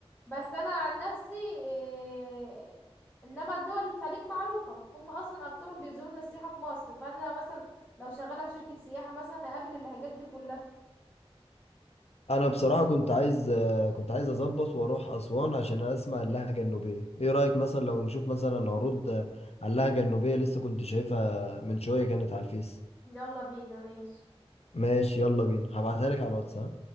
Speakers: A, on the left (about 15°); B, on the left (about 75°).
A: بس أنا عن نفسي إيه... إنما دول الخليج معروفة هم أصلا أكترهم بينزلوا لنا السياحة في مصر فأنا مثلا لو شغالة في شركة سياحة مثلا هقابل اللهجات دي كلها
B: انا بصراحه كنت عايز كنت عايز اظبط واروح اسوان عشان اسمع اللهجه النوبيه ايه رايك مثلا لو نشوف مثلا عروض على اللهجه النوبيه لسه كنت شايفها من شويه كانت على الفيس
A: يلا بينا ماشي
B: ماشي يلا بينا هبعتها لك على الواتس ها